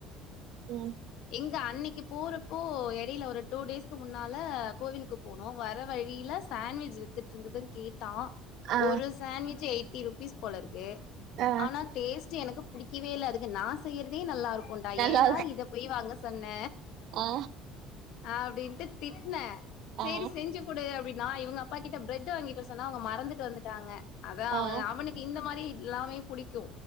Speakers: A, on the right; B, on the left.
A: ம்
B: எங்க அன்னைக்கு போறப்போ எடையில ஒரு டூ டேஸ்க்கு முன்னால கோவிலுக்குப் போனோ வர வழியில சாண்விச் வித்துட்டு இருந்ததுன்னு கேட்டா
A: ஆ
B: ஒரு சாண்விச் எயிட்டி ருபீஸ் போலருக்கு
A: ஆ
B: ஆனா டேஸ்ட்டு எனக்கு புடிக்கவே இல்ல அதுக்கு நா செய்யிறதே நல்லா இருக்குன்டா
A: நல்லா
B: ஏன்டா இதப் போய் வாங்க சொன்ன
A: ஆ
B: அப்டின்ட்டு திட்னே சேரி
A: ஆ
B: செஞ்சு குடு அப்டின்னா இவுங்க அப்பா கிட்ட ப்ரட்டு வாங்கிட் வர சொன்னா அவுங்க மறந்துட்டு வந்துட்டாங்க அத அவ
A: ஆ
B: அவனுக் இந்த மாரி எல்லாமே புடிக்கு